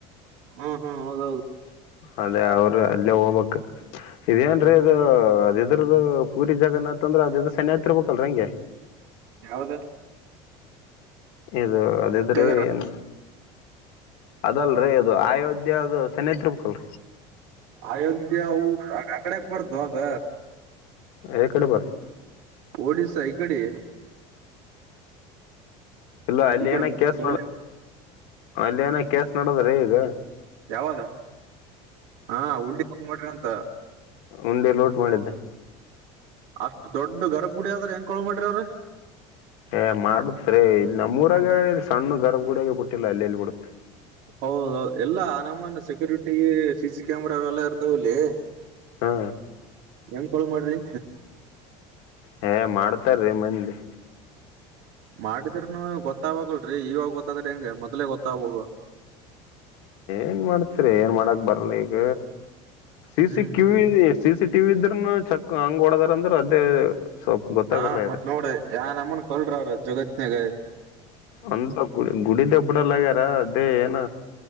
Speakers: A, on the right; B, on the left.
A: ಹಾ ಹಾ ಹೌದೌದು
B: ಅದೇ ಅವರು ಅಲ್ಲೇ ಹೋಗ್ಬೇಕು ಇದೇಏನ್ರೀ ಇದು ಅದ್ರದ ಪೂರಿ ಜಗನ್ನಾಥ ಅಂದ್ರ ಅದ ಇದ್ರ ಸನಿ ಹತಿ ಇರ್ಬೇಕಲ್ರ ಹೆಂಗೆ
A: ಯಾವದ
B: ಇದು ಅದಿದ್ರಿ
A: ಕೇದಾರ
B: ಏನ್ ಅದಲ್ರಿ ಅದು ಅಯೋಧ್ಯ ಅದು ಸೆನ್ನತ್ರುಮಕ್ಕಲ್
A: ಅಯೋಧ್ಯ ಊ ಆಕಡೆಕ್ ಬರ್ದು ಅದ
B: ಎ ಕಡೆ ಬರ್
A: ಓಡಿಶಾ ಇ ಕಡೆ
B: ಇಲ್ಲ ಅಲ್ಲಿ
A: ಈ ಕಡೆ
B: ಏನ ಕೇಸ್
A: ಮೂಲೆ
B: ನ ಅಲ್ಲಿ ಏನ ಕೇಸ್ ನೋದ್ರೆ ಈಗ
A: ಯಾವದ ಹಾ ಉಂಡಿ ಹಕಮಟ್ರಿ ಅಂತ
B: ಒಂದೇ ಲೋಟ್ ಮಾಡಿದ್ದೆ
A: ಅಷ್ಟು ದೊಡ್ಡ ಗರ್ಭ ಗುಡಿ ಆದ್ರ ಹೆಂಗಕಳ್ ಮಾಡ್ರಿ ಅವ್ರ
B: ಏ ಮಾಡತ್ರಿ ಇ ನಮ್ಮೂಊರಾಗ ಇ ಸಣ್ಣ ಗರ್ಭ ಗುಡಿಗ ಬಿಟ್ಟಿಲ್ಲ ಅಲ್ಲ ಇಲ್ಲಿ ಬಿಡುತ್ತೆ
A: ಹೌದೌದು ಎಲ್ಲಾ ನನಮ್ಮನ್ ಸೆಕ್ಯೂರಿಟಿ ಸಿ ಸಿ ಕ್ಯಾಮರಾವೆಲ್ಲಾ ಇರ್ತಾವಲ್ಲಿ
B: ಹಾ
A: ಯಂಗ ಕಳು ಮಾಡ್ರೀ
B: ಹಏ ಮಾಡ್ತಾರ್ರೀ ಮಂದಿ
A: ಮಾಡಿದ್ರನು ಗೊತ್ತಾಗೋಗಲ್ರರಿ ಇವಾಗ ಗೊತ್ತಾದ್ರ ಹೆಂಗ ಮೊದ್ಲೇ ಗೊತ್ತಾಗ ಬೇಕು
B: ಏನ್ ಮಾಡ್ತ್ರಿ ಏನ್ ಮಾಡಕ್ ಬರಲ್ಲ ಈಗ ಸ
A: ಹ್ಮ್
B: ಸಿ ಕಿವಿ ಸ ಸಿ ಟ್ಟಿವ ಇದ್ರೂನು ಚಕ್ ಹಂಗ ಓಡದಾರಂದ್ರೆ ಅದೇ ಸ್ವಲ್ಪ ಗೊತ್ತಾಗಲ್ಲ
A: ಹಾ ಮತ್
B: ಇದು
A: ನೋಡ್ರಿ ಯ ನಮ್ಮನ್ ಕಲ್ರಾರ ಜಗತ್ನ್ಾಗ
B: ಅಂತ ಗುಡಿ ಗುಡಿ್ದ ಎಪಡಲ್ಲಗ್ಯಾರ ಅದೇ ಏನ